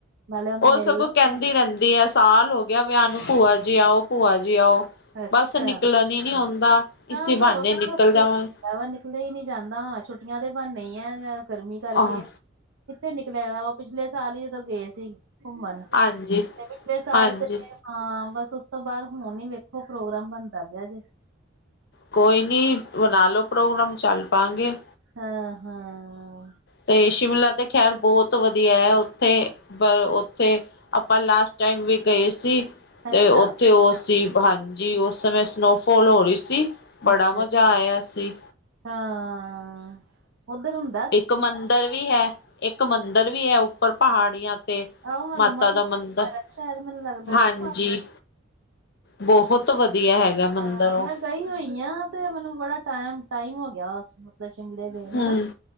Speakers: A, on the right (about 80°); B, on the left (about 55°).
A: ਨਾਲੇ ਉਹਨੂੰ
B: ਉਹ
A: ਮਿਲ
B: ਸਗੋਂ
A: ਲਾਂਗੇ
B: ਕਹਿੰਦੀ ਰਹਿੰਦੀ ਆ ਸਾਲ ਹੋ ਗਿਆ ਵਿਆਹ ਨੂੰ ਭੂਆ ਜੀ ਆਓ, ਭੂਆ ਜੀ ਆਓ
A: ਅੱਛਾ
B: ਬਸ ਨਿਕਲਣ ਹੀ ਨੀ ਹੁੰਦਾ। ਇਸੀ
A: ਹਾਂ,
B: ਬਹਾਨੇ
A: ਘਰੋਂ ਕਿੱਥੋਂ
B: ਨਿਕਲ
A: ਨਿਕਲੀ
B: ਜਾਵਾਂਗੇ
A: ਬਾਹਰ ਨਿਕਲਿਆ ਹੀ ਨਹੀਂ ਜਾਂਦਾਂ, ਛੁੱਟੀਆਂ ਦੇ ਬਾਨੇ ਈ ਹੈ ਜਾਂ ਗਰਮੀ ਕਰਕੇ
B: ਆਹ
A: ਕਿੱਥੇ ਨਿਕਲਿਆ ਉਹ ਪਿਛਲੇ ਸਾਲ ਹੀ ਜਦੋਂ ਗਏ ਸੀ ਘੁੰਮਣ, <inaudible>
B: ਹਾਂਜੀ
A: ਪਿਛਲੇ ਸਾਲ
B: ਹਾਂਜੀ
A: ਤੇ ਹਾਂ, ਬਸ ਉਸ ਤੋਂ ਬਾਅਦ ਹੁਣ ਈ ਵੇਖੋ ਪ੍ਰੋਗਰਾਮ ਬਣਦਾ ਪਿਆ ਜੇ।
B: ਕੋਈ ਨੀ ਬਣਾ ਲਓ ਪ੍ਰੋਗਰਾਮ, ਚੱਲ ਪਾਾਂਗੇ।
A: ਹਾਂ, ਹਾਂ।
B: ਤੇ ਸ਼ਿਮਲਾ ਤੇ ਖੈਰ ਬਹੁਤ ਵਧੀਆ ਹੈ, ਉੱਥੇ ਬ ਉੱਥੇ ਆਪਾਂ ਲਾਸਟ ਟਾਈਮ ਵੀ ਗਏ ਸੀ।
A: ਅੱਛਾ
B: ਤੇ ਉੱਥੇ ਉਹ ਸੀ ਹਾਂਜੀ, ਉਸ ਸਮੇਂ ਸਨੋਫੋਾਲ ਹੋ ਰਹੀ ਸੀ। ਬੜਾ
A: ਅੱਛਾ-ਅੱਛਾ
B: ਮਜ਼ਾ ਆਇਆ ਸੀ
A: <inaudible> ਹਾਂ ਉਧਰ ਹੁੰਦੇ
B: ਇੱਕ ਮੰਦਿਰ ਵੀ ਹੈ, ਇੱਕ ਮੰਦਿਰ ਵੀ ਹੈ ਉੱਪਰ ਪਹਾੜੀਆਂ ਤੇ
A: ਆਹੋ ਹਨੂੰਮਾਨ
B: ਮਾਤਾ ਮੰਦਰ,
A: ਸ਼ਾਇਦ ਮੈਨੂੰ ਲੱਗਦਾ
B: ਹਾਂਜੀ।
A: ਕਿ
B: ਬਹੁਤ ਵਧੀਆ ਹੈਗਾ। ਮੰਦਿਰ
A: ਹਾਂ,
B: ਉਹ
A: ਮੈਂ ਗਈ ਹੋਈ ਹਾਂ ਤੇ ਮੈਨੂੰ ਬੜਾ ਟਮ ਟਾਈਮ ਹੋ ਗਿਆ ਵੱਸ ਸ਼ਿਮਲੇ ਗਏ ਹਨਾ
B: ਹਮ